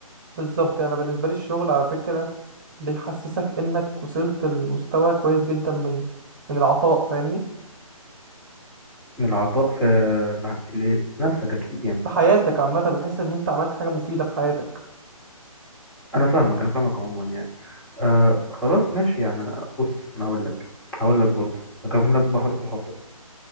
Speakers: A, on the right; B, in the centre.
A: بالظبط يعني أنا بالنسبة لي الشغل على فكرة بيحسسك انك وصلت لمستوى كويس جدا من من العطاء فاهمني
B: من العطاء في في في لنفسك اكيد يعني
A: في حياتك عامة بتحس ان انت عملت حاجة مفيدة في حياتك
B: انا فاهمك انا فاهمك عموما يعني آه خلاص ماشي يعني انا بص انا هقول لك هقول لك برضه هكمل لك بحر الصحاب